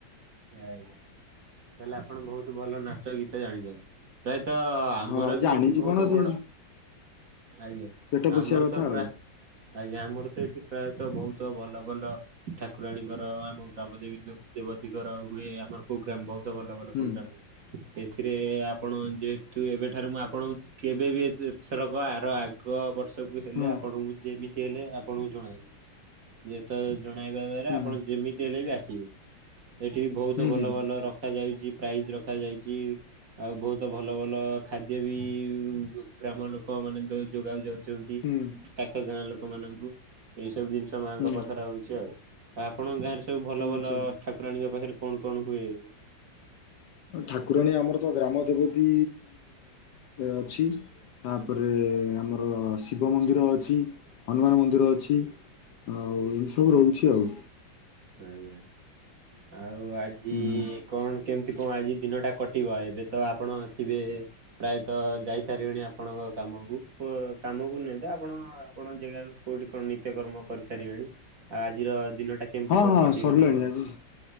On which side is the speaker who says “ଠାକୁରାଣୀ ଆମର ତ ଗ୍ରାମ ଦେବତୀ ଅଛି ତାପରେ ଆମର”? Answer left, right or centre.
Left